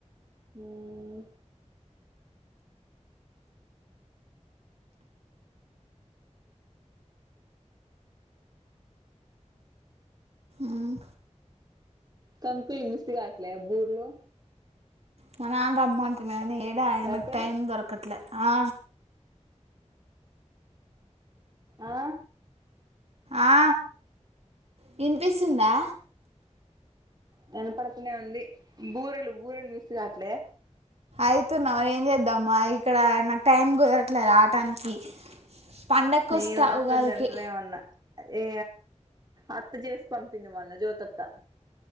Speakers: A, on the right; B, on the right.
A: ఉమ్
B: ఊమ్
A: కంకులు మిస్ కాట్లే బూర్లు
B: మా నాన్న రమ్మంటాడు గాని ఏడ అయిన
A: లేతే
B: కు టైం దొరకట్లే ఆ
A: ఆ
B: ఆ వినిపిస్తుందా
A: వెనపడుతూనే ఉంది బూరలు బూరెలు మిస్ గాట్లే
B: అయితున్నా మరే ఏం చేద్దాం మా ఇక్కడ నాకు టైమ్ కుదరట్లే ఎట్లే రాటానికి పండకు
A: నేను
B: వస్తా
A: మాత్రం
B: ఉగాదికి
A: తింటనే ఉన్నా ఏ అత్త చేసి పంపింది మళ్ళ జ్యోతి అత్త